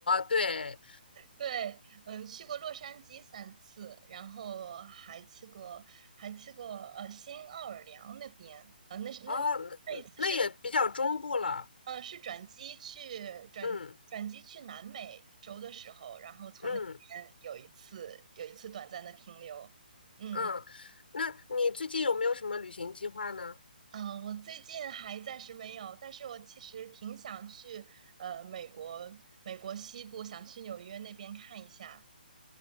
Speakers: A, on the left; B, on the right.
A: 对，
B: 对，嗯，去过洛杉矶三次，然后还去过，还去过呃新奥尔良那边，呃，那是那那一次是，
A: 哦，那那也比较中部了，
B: 呃，是转机去转转机去南美洲的时候，
A: 嗯
B: 然后从那边有一次有一次短暂的停留，
A: 嗯
B: 嗯
A: 嗯，那你最近有没有什么旅行计划呢？
B: 嗯、呃我最近还暂时没有，但是我其实挺想去呃美国美国西部，想去纽约那边看一下。